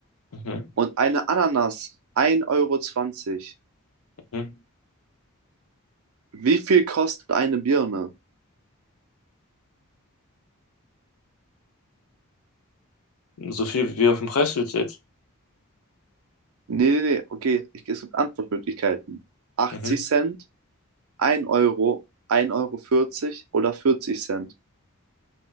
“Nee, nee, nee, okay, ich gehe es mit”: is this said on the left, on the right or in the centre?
Right